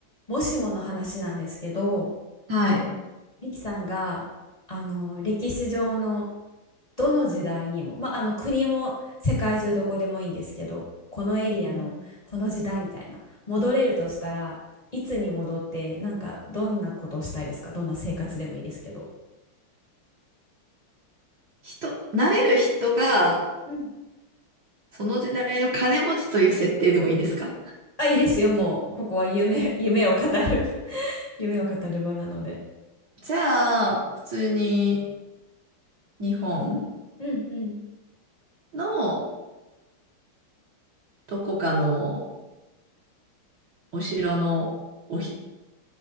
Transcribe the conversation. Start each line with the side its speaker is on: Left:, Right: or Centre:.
Left: もしもの話なんですけど、
Right: はい。
Left: ミキさんが、あの、歴史上のどの時代にも、まあ、あの、国も世界中どこでもいいんですけど、このエリアのこの時代みたいな、
Right: うん
Left: 戻れるとしたらいつに戻って、なんかどんなことをしたいですかどんな生活でもいいですけど。
Right: 人、なれる人が、
Left: うん。
Right: その時代の金持ちという設定でもいいですか
Left: あ、いいですよ。もう、ここは夢、夢を語る <laughs> 夢を語る場なので。
Right: じゃあ、普通に日本
Left: うんうん。
Right: のどこかのお城のおひ、